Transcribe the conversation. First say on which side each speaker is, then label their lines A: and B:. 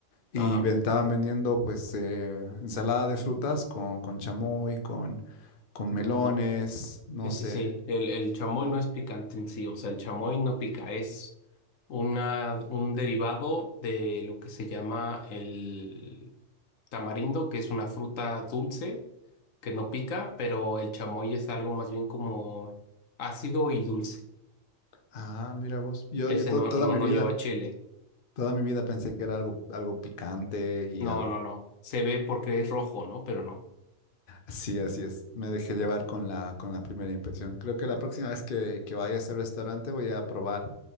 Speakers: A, on the left (about 45°); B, on the left (about 75°).
A: Y
B: ajá,
A: ven- estaban vendiendo pues eh, ensalada de frutas con, con chamoy, con, con
B: no,
A: melones, no
B: sí,
A: sé.
B: sí, sí, el, el chamoy no es picante en sí, o sea, el chamoy no pica, es una, un derivado de lo que se llama el tamarindo, que es una fruta dulce que no pica, pero el chamoy es algo más bien como ácido y dulce.
A: Ah, mira vos. Yo,
B: Ese
A: yo to-
B: no,
A: toda
B: no,
A: mi
B: no
A: vida,
B: lleva chile.
A: toda mi vida pensé que era algo, algo picante y
B: No,
A: algo.
B: no,
A: <laughs>
B: no. Se ve porque es rojo, ¿no? Pero no.
A: Sí, así es. Me dejé llevar con la, con la primera impresión. Creo que la próxima vez que, que vaya a ese restaurante voy a probar.